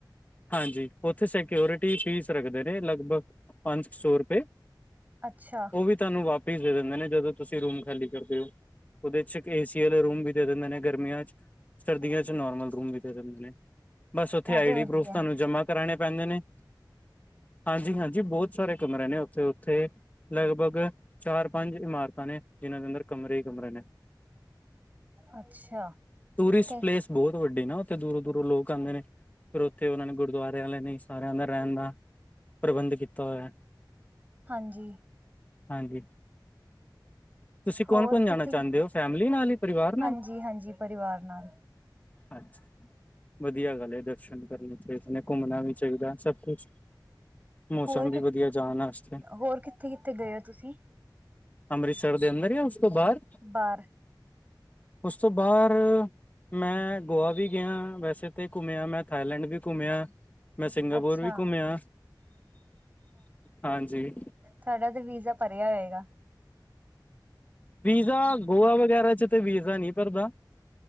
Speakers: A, on the left; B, on the right.
A: ਹਾਂਜੀ ਉੱਥੇ ਸਕਿਓਰਿਟੀ ਫੀਸ ਰੱਖਦੇ ਨੇ ਲਗਭਗ ਪੰਜ ਸੌ ਰੁਪਏ
B: ਅੱਛਾ
A: ਉਹ ਵੀ ਤੁਹਾਨੂੰ ਵਾਪਿਸ ਦੇ ਦਿੰਦੇ ਨੇ, ਜਦੋਂ ਤੁਸੀਂ ਰੂਮ ਖਾਲੀ ਕਰਦੇ ਹੋ। ਉਹਦੇ'ਚ ਏਸੀ ਵਾਲੇ ਰੂਮ ਵੀ ਦੇ ਦਿੰਦੇ ਨੇ ਗਰਮੀਆਂ ਚ। ਸਰਦੀਆਂ'ਚ ਨੋਰਮਲ ਰੂਮ ਵੀ ਦੇ ਦਿਂਦੇ ਨੇ, ਬਸ ਉੱਥੇ
B: ਇਹ
A: ਆਈ
B: ਤੇ ਵਧੀਆ
A: ਡੀ ਪ੍ਰੂਫ
B: ਹੈ।
A: ਜਮਾ ਕਰਾਣੇ ਪੈਂਦੇ ਨੇ, ਹਾਂਜੀ-ਹਾਂਜੀ ਬਹੁਤ ਸਾਰੇ ਕਮਰੇ ਨੇ, ਉੱਥੇ ਉੱਥੇ ਲਗਭਗ ਚਾਰ-ਪੰਜ ਇਮਾਰਤਾਂ ਨੇ‌। ਜਿਹਨਾਂ ਦੇ ਅੰਦਰ ਕਮਰੇ ਹੀ ਕਮਰੇ ਨੇ,
B: ਅੱਛਾ।
A: ਟੂਰਿਸਟ
B: ਤੇ
A: ਪਲੇਸ ਬਹੁਤ ਵੱਡੀ ਨਾ, ਉੱਥੇ ਦੂਰੋਂ-ਦੂਰੋਂ ਲੋਕ ਆਂਦੇ ਨੇ। ਤੇ ਉਹਨਾਂ ਨੇ ਗੁਰਦੁਆਰਿਆਂ ਆਲਿਆਂ ਨੇ ਈ ਸਾਰਿਆਂ ਦਾ ਰਹਿਣ ਦਾ ਪ੍ਰਬੰਧ ਕੀਤਾ ਹੋਇਆ।
B: ਹਾਂਜੀ।
A: ਹਾਂਜੀ। ਤੁਸੀ, ਕੌਣ-ਕੌਣ
B: ਹੋਰ ਕਿੱਥੇ-
A: ਜਾਣਾ
B: ਕਿੱਥੇ
A: ਚਾਂਦੇ ਹੋ ਫੈਮਿਲੀ ਨਾਲ ਹੀ, ਪਰਿਵਾਰ
B: ਹਾਂਜੀ-
A: ਨਾਲ?
B: ਹਾਂਜੀ ਪਰਿਵਾਰ ਨਾਲ
A: ਅੱਛਾ, ਵਧੀਆ ਗੱਲ ਏ, ਦਰਸ਼ਨ ਕਰਨੇ ਚਾਹੀਦੇ ਨੇ, ਘੁੰਮਣਾ ਵੀ ਚਾਹੀਦਾ। ਸਭ ਕੁਛ ਮੌਸਮ
B: ਹੋਰ
A: ਵੀ
B: ਕਿ
A: ਵਧੀਆ, ਜਾਣ ਆਸਤੇ।
B: ਹੋਰ ਕਿੱਥੇ- ਕਿੱਥੇ ਗਏ ਹੋ, ਤੁਸੀਂ?
A: ਅੰਮ੍ਰਿਤਸਰ ਦੇ ਅੰਦਰ ਯਾ ਉਸ ਤੋਂ ਬਾਹਰ?
B: ਬਾਹਰ
A: ਉਸ ਤੋਂ ਬਾਹਰ ''ਮੈਂ ਗੋਆ ਵੀ ਗਿਆਂ, ਵੈਸੇ ਤੇ ਘੁੰਮਿਆ ਮੈਂ ਥਾਈਲੈਂਡ ਵੀ ਘੁੰਮਿਆ। ਮੈਂ ਸਿੰਗਾਪੁਰ
B: ਅੱਛਾ-
A: ਵੀ ਘੁੰਮਿਆ, ਹਾਂਜੀ।
B: ਥਾਡਾ ਤਾ ਵੀਜ਼ਾ ਭਰਿਆ ਹੋਏਗਾ।
A: ਵੀਜ਼ਾ, ਗੋਆ ਵਗੈਰਾ'ਚ ਤੇ ਵੀਜ਼ਾ ਨਹੀਂ ਭਰਦਾ।